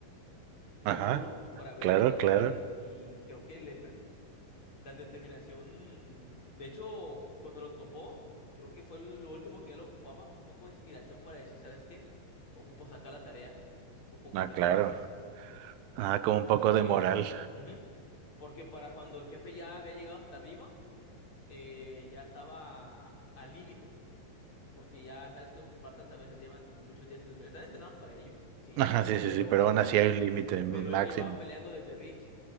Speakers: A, on the left (about 35°); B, on the right (about 80°).
A: muy
B: Ajá,
A: duro para haber
B: claro,
A: llegado
B: claro.
A: hasta ahí y creo que le, pre- la determinación, de hecho, cuando lo topó, creo que fue lo último que él ocupaba, un poco de inspiración para decir, ¿sabes qué? Ocupo sacar la tarea, ocupo completar
B: Ah, claro.
A: la misión.
B: Ah, como un poco
A: Porque,
B: de moral.
A: ujú, porque para cuando el jefe ya había llegado hasta arriba, eh, ya estaba al límite porque ya sabes que los Spartans a veces llevan muchos días sin dormir. Están entrenados para ello, sí,
B: Ajá, sí, sí,
A: pero,
B: sí, pero aún así hay un límite máximo.
A: pero él llevaba peleando desde Rich.